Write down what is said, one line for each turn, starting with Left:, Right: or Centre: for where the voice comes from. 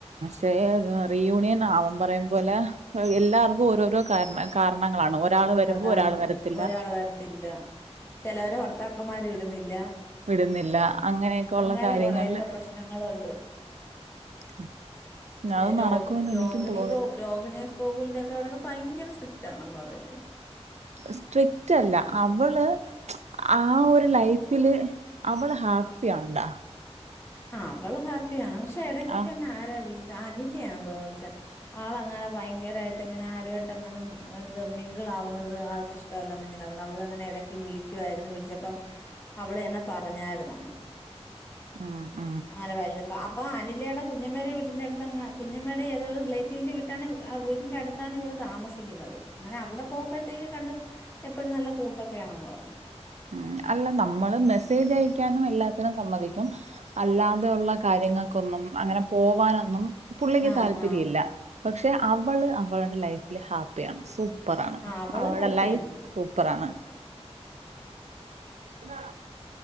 Right: പക്ഷേ റീ യൂണിയൻ അവൻ പറയം പോലെ എല്ലാവർക്കും ഓരോരോ കാര കാരണങ്ങളാണ് ഒരാൾ വരുമ്പോ
Left: അതാണ്
Right: ഒരാൾ വരത്തില്ല
Left: ഒരാൾവാരത്തില്ല ചിലവർ ഭർത്താക്കന്മാരി വിടുന്നില്ല
Right: വിടുന്നില്ല അങ്ങനെയൊക്കെ ഉള്ള
Left: അങ്ങനെ
Right: കാര്യങ്ങളില്
Left: കുറെയൊക്കെ പ്രശ്നങ്ങളുണ്ട്
Right: ഉം
Left: പി
Right: അത്
Left: രോഹി
Right: നടക്കുംന്ന്
Left: രോഹിണി
Right: എനിക്കും തോന്നില്ല
Left: രോഹിണി സ്കോകിന്റെ ഒക്കെ അവിടെൊക്കെ ഭയങ്കര സ്ട്ര താണെന്ന് പറയുന്നിട്ട്
Right: സ്ട്രിക്റ്റ് അല്ല അവള് ആ ഒരു ലൈഫില് അവള് ഹാപ്പി ആണ്ടാ
Left: ആ അവള ഹാപ്പിയാണ് പക്ഷെ എടക്ക് ഇപ്പ
Right: ആ
Left: എന്ന ആരാ വിളിച്ചാ അനിലയാണ തോന്ന ആളങ്ങനെ ഭയങ്കരമായിട്ട് ഇങ്ങനെ ആരുമായിട്ട് അങ്ങനെത് മിംഗിൾ ആവുന്നത് ആൾക്ക് ഇഷ്ട ല്ല ഇങ്ങനൊയിരുന്നു അവളിങ്ങനെ ഇടക്ക് വിളിക്കുവായിരുന്നു വിളിച്ചപ്പം അവള് എന്നെ പറഞ്ഞായിന്നന്ന്
Right: ആഹ
Left: അങ്ങനെ വലുപ്പ അപ്പൊ അനിലയുടെ കുഞ്ഞമ്മേയുടെ വീട്ടിന്റെ അടുത്ത് കുഞ്ഞമ്മേയുടെ ഏതോരു റിലേറ്റീവിന്റെ വീട്ടാണ് ആ വീടിന്റെ അടുത്താണ് ഇവള് താമസിക്കുന്നത് അങ്ങനെ അവിടെ പോകുമ്പോഴത്തേക്ക് കണ്ടും എപ്പോഴും നല്ല കൂട്ടൊക്കെയ ണന്ന് പറഞ്ഞഞ്
Right: ആം അല്ല നമ്മള് മെസ്സേജ് അയക്കാനും എല്ലാത്തിനും സമ്മതിക്കും അല്ലാതെയള്ള കാര്യങ്ങൾക്കൊന്നും അങ്ങനെ പോവാനൊന്നും പുള്ളിക്ക്
Left: ആ
Right: താല്പര്യമില്ല
Left: ആ
Right: പക്ഷെ അവള് അവളുടെ ലൈഫില് ഹാപ്പിയാണ് സ സൂപ്പറാണ്
Left: ആ അവള്
Right: അവളടെ
Left: ഹാപ്പിയാണ്
Right: ലൈഫ് സൂപ്പറാണ് ആ